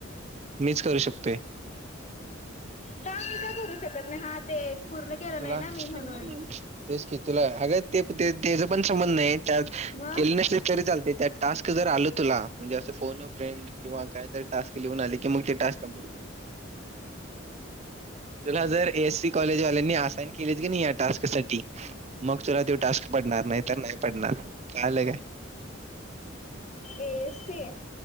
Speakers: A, on the right; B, on the left.
A: मीच करू शकतोय.
B: का मी का करू शकत नाही हा ते पूर्ण केलं
A: तुला
B: नाई
A: नाही
B: ना मी म्हणून
A: मी तेच की तुला अग ते त्येच पन समजल नाइ त्या
B: मग
A: केली नसलीस तरी चालतय त्यात टास्क जर आलं तुला म्हणजे असं फोन फ्रेंड किंवा कायतरी टास्क लिहून आले कि मग ते टास्क कंम्प्लीट तुला जर एयस्सी कॉलेजवाल्यांनी असाइन केलीत की नाई या टास्क साटी मग तुला त्यो टास्क पडणार, नाइ तर नाही पडणार. कळालं काय?
B: एसी